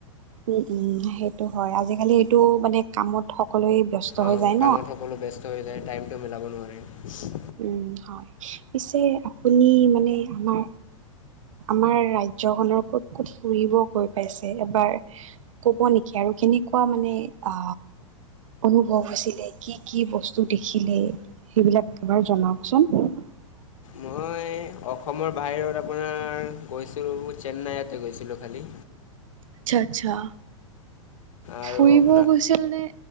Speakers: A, on the right; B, on the left.
A: উম উম সেইটো হয় আজিকালি এইটো মানে কামত সকলোৱে ব্যস্ত
B: অঁ
A: হৈ যায়
B: কামত
A: ন।
B: সকলো ব্যস্ত হৈ টাইমটো মিলাব নোৱাৰে।
A: উম হয় পিছে আপুনি মানে আমাৰ। আমাৰ ৰাজ্যখনৰ ক'ত ক'ত ফুৰিব গৈ পাইছে এবাৰ কব নেকি আৰু। কেনেকুৱা মানে অ। অনুভৱ আছিলে কি কি বস্তু দেখিলে সেইবিলাক এবাৰ জনাওকচোন। <unintelligible>
B: মই অসমৰ বাহিৰত আপোনাৰ গৈছিলোঁ চেন্নাইতে গৈছিলোঁ খালী।
A: আচ্ছা আচ্ছা
B: আৰু
A: ফুৰিব
B: আপোনাৰ
A: গৈছিল নে